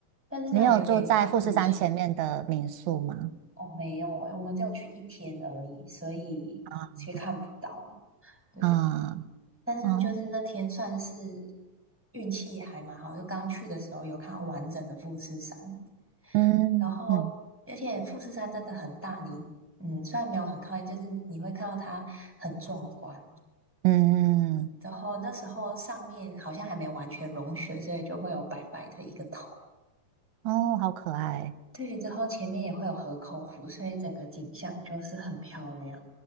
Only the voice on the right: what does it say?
你有住在富士山前面的民宿吗？
啊
啊
哦，
嗯嗯
嗯，
哦，好可爱。